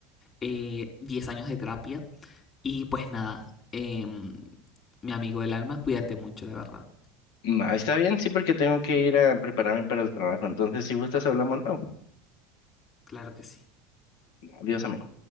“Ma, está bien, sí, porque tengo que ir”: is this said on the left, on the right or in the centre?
Left